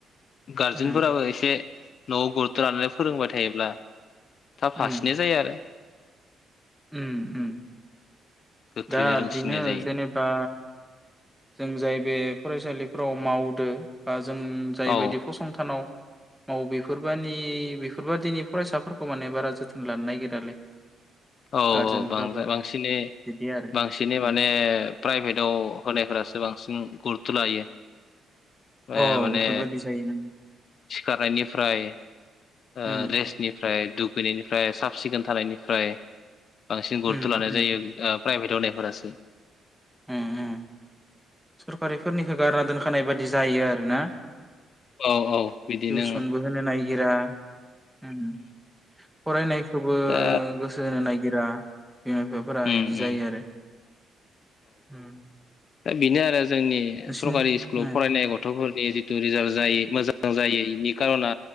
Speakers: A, on the left; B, in the centre.
A: गा
B: उम
A: जुनफोराबो एसे न'आव गुरुथ' लानानै फोरोंबाय थायोब्ला थाब
B: उम
A: हासिननाय जायो आरो।
B: उम उम।
A: गोख्रैनो
B: दा
A: रोंसिननाय
B: बेनो
A: जायो
B: जेनेबा जों जाय बे फरायसालिफोराव मावदो बा जों जायबायदि
A: औ
B: फसंथानाव औ बेफोरबानि बेफोरबादिनि फरायसाफोरखौ माने बारा जोथोन लानो नागिरालै
A: औ
B: गारजेनफ्राबो
A: औ बांद्राय बांसिनै
B: बिदि आरो
A: बांसिनै
B: उम
A: माने प्राइभेटाव होनाय फोरासो बांसिन गुरुथ' लायो। ए
B: औ
A: माने
B: बेफोर बादि जायो ना।
A: सिखारनायनिफ्राय ओ
B: उम
A: रेस्टनि फ्राय दुगैनायनिफ्राय साब सिखोन थानायनिफ्राय बांसिन गुरुथ'
B: उम
A: लानाय
B: उम
A: जायो। ओ प्राइभेटआव होनायफोरासो।
B: उम उम। सरकारिफोरनिखो बारा दोनखानाय बायदि जायो आरो ना।
A: औ औ बिदि
B: टिउसनबो
A: नों
B: होनो नागिरा उम फरायनायखोबो
A: दा
B: गोसो होनो नागिरा। बिमा बिफाफोरा
A: उम
B: इदि जायो
A: उम
B: आरो। उम
A: बिनो आरो जो जोंनि
B: नोंसिनि
A: सरकारि स्कुलाव
B: ओ
A: फरायनाय गथ'फोर ए जिथु रिजाल जायो मोजां जायो इनि खार'ना